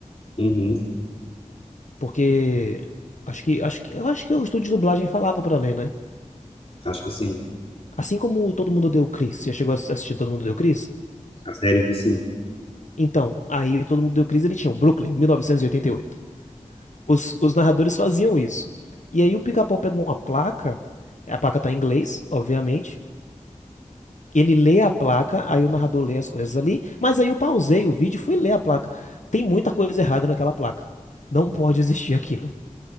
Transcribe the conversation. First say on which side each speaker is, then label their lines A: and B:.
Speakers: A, on the left; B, on the left.
A: Uhum.
B: Porque acho que, acho que, eu acho que o estúdio de dublagem falava pra ler, né?
A: Acho que sim.
B: Assim como o Todo Mundo Deu Chris. Já chegou a ass- assistir Todo Mundo Deu Chris?
A: A série vi sim.
B: Então, aí o Todo Mundo Deu Chris, ele tinha o Brooklyn, 1988. Os, os narradores faziam isso. E aí o pica-pau pega uma placa, a placa tá em inglês, obviamente, Ele lê a placa, aí o narrador lê as coisas ali, mas aí eu pausei o vídeo e fui ler a placa. Tem muita coisa errada naquela placa. Não pode existir aquilo.